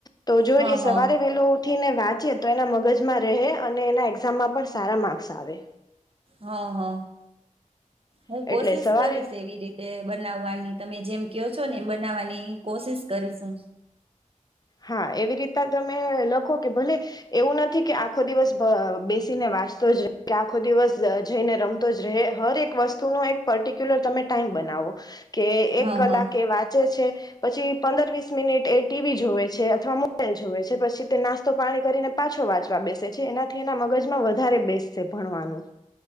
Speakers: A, on the left; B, on the right.
A: તો જો
B: હા
A: એ સવારે
B: હા
A: વેલો ઉઠી ને વાંચી તો એના મગજમાં રહે અને એના એક્ઝામમાં પણ સારા માર્ક્સ આવે.
B: હા હા. હું
A: એટલે
B: કોશિશ
A: સવારે
B: કરીશ એવી રીતે બનાવવાની તમે જેમ કહો છો ને એ બનાવાની કોશિશ કરીશું.
A: હા એવી રીતના તમે લખો કે ભલે એવું નથી કે, આખો દિવસ બેસીને વાંચતો જ રહે ‌ કે આખો દિવસ જઈને રમતો જ રહે, હર એક વસ્તુનો એક પર્ટિક્યુલર તમે ટાઈમ બનાવો. કે એક
B: હા
A: કલાકે
B: હા
A: એ વાંચે છે. પછી પંદર વીસ મિનિટ એ ટીવી જોવે છે. છે અથવા મોબાઈલ જોવે છે. પછી તે નાસ્તો પાણી કરીને પાછો વાંચવા બેસે છે એનાથી એના મગજમાં વધારે બેસશે ભણવાનું.